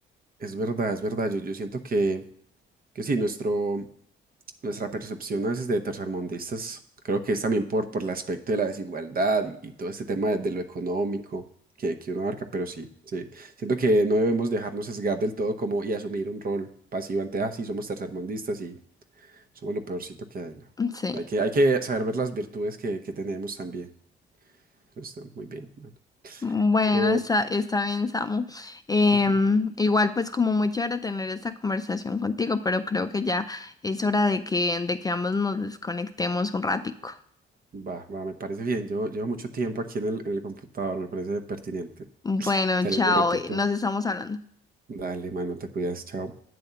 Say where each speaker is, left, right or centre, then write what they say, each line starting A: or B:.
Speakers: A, on the right; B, on the left.
A: Es verdad, es verdad. Yo, yo siento que, que sí, nuestro, nuestra percepción a veces de tercermundistas, creo que es también por, por el aspecto de la desigualdad y, y todo este tema de, de lo económico que, que uno abarca, pero sí, sí. Siento que no debemos dejarnos sesgar del todo como y asumir un rol pasivo ante, ah, sí, somos tercermundistas Somos lo peorcito que hay, ¿no?
B: Sí.
A: Hay que, hay que saber ver las virtudes que, que tenemos también. Eso está muy bien, mano.
B: Bueno,
A: Pero
B: está, está bien, Samu. Em,
A: ujú,
B: igual, pues como muy chévere tener esta conversación contigo, pero creo que ya es hora de que, de que ambos nos desconectemos un ratico.
A: va, va, me parece bien. Yo llevo mucho tiempo aquí en el, en el computador, me parece pertinente.
B: Bueno,
A: <laughs> Salir
B: chao,
A: un ratito.
B: nos estamos hablando.
A: Dale, mano, te cuidas, chao.